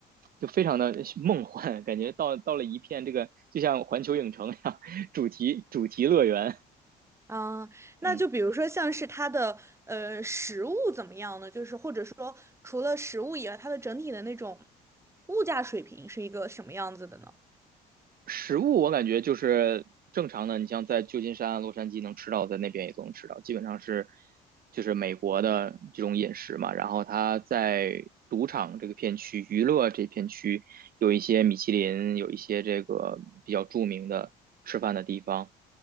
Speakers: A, on the right (about 60°); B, on the right (about 15°).
A: 就非常的梦幻，感觉到到了一片这个就像环球影城一样主题主题乐园，
B: 啊，那就比如说像是它的呃食物怎么样呢？
A: 嗯。
B: 就是或者说除了食物以外，它的整体的那种物价水平是一个什么样子的呢？
A: 食物我感觉就是正常的，你像在旧金山、洛杉矶能吃到，在那边也都能吃到，基本上是就是美国的这种饮食嘛。然后它在赌场这个片区、娱乐这片区有一些米其林，有一些这个比较著名的吃饭的地方，